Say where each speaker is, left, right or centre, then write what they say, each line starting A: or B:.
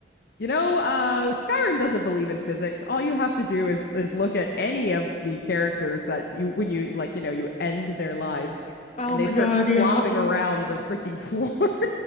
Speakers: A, on the left (about 60°); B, on the left (about 40°).
A: you know, uh, Skyrim doesn't believe in physics. All you have to do is is look at any of the characters that you when you like you know you end their lives,
B: <laughs> Oh
A: and they
B: my
A: start
B: God,
A: flopping
B: yeah.
A: around the freaking floor. <laughs>